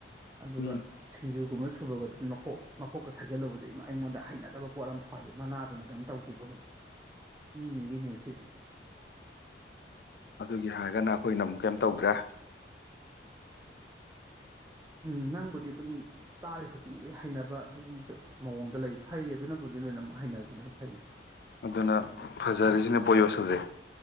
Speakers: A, on the right (about 15°); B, on the left (about 60°).
A: ꯑꯗꯨꯒ
B: ꯎꯝ
A: ꯁꯤꯡꯖꯨ ꯒꯨꯝꯕ ꯁꯨꯕꯒꯗꯤ ꯃꯈꯣꯛ ꯃꯈꯣꯛꯀ ꯁꯥꯏꯖꯜꯂꯨꯕꯁꯦ ꯑꯩꯉꯣꯟꯗ ꯍꯩꯅꯗꯕ ꯄꯣꯠ ꯑꯃ ꯐꯥꯎꯋꯦꯕ ꯃꯅꯥ ꯑꯗꯨꯅ ꯀꯩꯅꯝ ꯇꯧꯗꯦꯕ ꯑꯃꯨꯛ ꯃꯤ ꯃꯤꯒꯤꯅꯦꯕꯁꯤꯗꯤ
B: ꯑꯗꯨꯒꯤ ꯍꯥꯏꯔꯒꯅ ꯑꯩꯈꯣꯏꯅ ꯑꯃꯨꯛ ꯀꯩꯝ ꯇꯧꯗ꯭ꯔꯦ
A: ꯎꯝ ꯅꯪꯕꯨꯗꯤ ꯑꯗꯨꯝ ꯆꯥꯔꯤ ꯈꯨꯗꯤꯡꯒꯤ ꯍꯩꯅꯕ ꯑꯗꯨꯒꯤ ꯃꯑꯣꯡꯗ ꯂꯩ ꯐꯩ ꯑꯗꯨꯅꯕꯨꯗꯤ ꯑꯗꯨꯅ ꯑꯃꯨꯛ ꯍꯩꯅꯕꯗꯨꯅ ꯐꯩ
B: ꯑꯗꯨꯅ ꯐꯖꯥꯔꯤꯁꯤꯅ ꯕ‌ꯣꯌꯣꯁ ꯁꯖꯦ